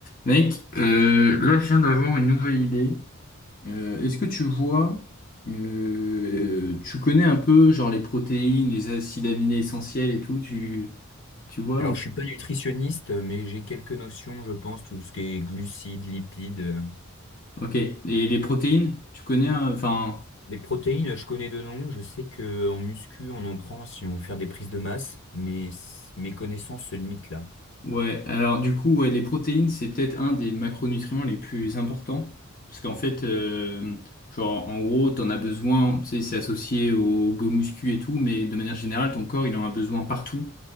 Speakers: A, on the left; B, on the left.
A: Mec, euh, là, je viens d'avoir une nouvelle idée. Euh, est-ce que tu vois, euh, euh, tu connais un peu, genre, les protéines, les acides aminés essentiels et tout, tu, tu vois
B: Alors,
A: ou...
B: je suis pas nutritionniste, mais j'ai quelques notions, je pense, tout ce qui est glucides, lipides. euh.
A: Ok. Et les protéines, tu connais, euh, enfin,
B: Les protéines, je connais de nom. Je sais que en muscu, on en prend si on veut faire des prises de masse, mais s- mes connaissances se limitent là.
A: ouais. Alors, du coup, ouais, les protéines, c'est peut-être un des macronutriments les plus importants. Parce qu'en fait, euh, genre, en gros, t'en as besoin, tu sais, c'est associé au, go muscu et tout, mais de manière générale, ton corps, il en a besoin partout.